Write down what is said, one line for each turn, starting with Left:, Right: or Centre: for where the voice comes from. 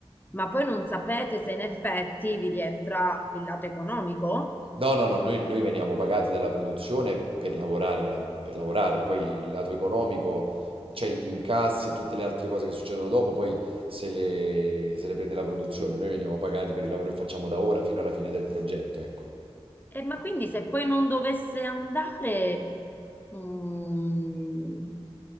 Left: ma poi non sapete se in effetti vi rientra il lato economico?
Right: No, no, no, noi, noi veniamo pagati dalla produzione per lavorare, a- per lavorare, poi il lato economico, cioè gli incassi e tutte le altre cose che succedono dopo, poi se le, se le prende la produzione, noi veniamo pagati per il lavoro che facciamo da ora fino alla fine del progetto, ecco.
Left: E ma quindi se poi non dovesse andare, mm,